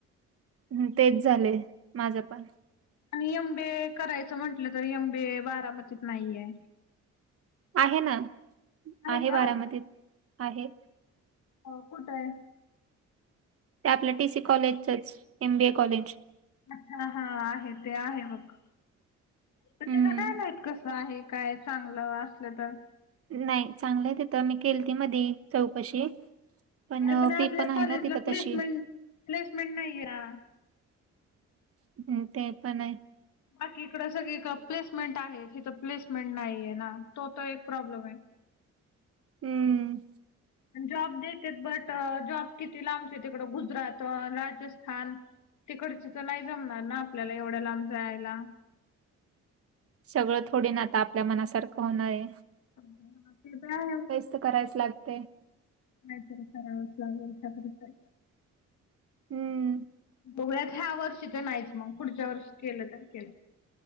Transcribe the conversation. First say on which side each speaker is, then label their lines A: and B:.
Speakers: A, on the right; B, on the left.
A: हं.. तेच झालेय, माझं पण.
B: आणि य एम बी ए करायचं म्हंटलं तर, एम बी ए बारामतीत नाहीये.
A: आहे ना आहे
B: का
A: बारामतीत
B: हो
A: आहे.
B: हो कुठं आहे?
A: ते आपल्या टीसी कॉलेजचच, एम बी ए कॉलेज.
B: अच्छा. हा आहे ते आहे मग, तर
A: हम्म
B: त्याच काय माहित कसं. आहे काय चांगलं, असलं तर.
A: नाही चांगलं तिथं मी केलती मधी चौकशी. पण
B: एदना
A: फी
B: आपल्या
A: पण आहे
B: कॉलेजला
A: ना तिथं
B: प्लेसमेंट
A: तशी
B: प्लेसमेंट नाही रा.
A: हम्म ते पण आहे.
B: बाकी इकडं सगळीकडे प्लेसमेंट आहे तिथं प्लेसमेंट नाहीये ना तो तर एक प्रॉब्लेम आहे.
A: हम्म.
B: जॉब देतेत बट जॉब किती लांबचे, ते तिकडं गुजरात राजस्थान. हिकडच तर नाही जमणार ना आपल्याला एवढ्या लांब जायला.
A: सगळं थोडी ना आता आपल्या मनासारखं होणार आहे.
B: <inaudible> ते तर आहे.
A: ते करायच लागते.
B: काहीतरी करावंच लागेल त्यासाठी काय
A: हम्म.
B: बघुयात ह्या वर्षी तर नाहीच मग पुढच्या वर्षी केलं तर केलं.